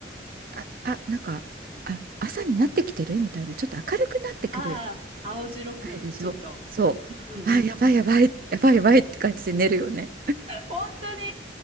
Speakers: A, on the right; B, on the right.
A: あ、あ、なんか、あ、朝になってきてるみたいな、ちょっと明るくなってくる。
B: ああ、青白く、
A: あれでしょそう。
B: ちょっと。うんうん。
A: あ、やばいやばい、やばいやばいって感じで寝るよね。
B: 本当に